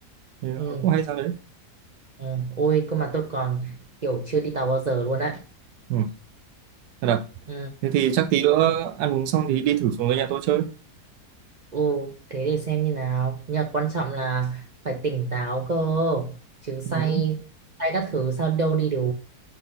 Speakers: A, on the right; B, on the right.
A: thì
B: ừ
A: ờ, cũng hay sang đấy
B: ừ ôi cơ mà tôi còn kiểu chưa đi tàu bao giờ luôn đấy
A: ừ. thật à
B: ừ
A: thế thì chắc tí nữa ăn uống xong thì đi thử xuống dưới nhà tôi chơi
B: ồ thế để xem như nào nhưng mà quan trọng là phải tỉnh táo cơ chứ say
A: ừ.
B: say các thứ sao đâu đi được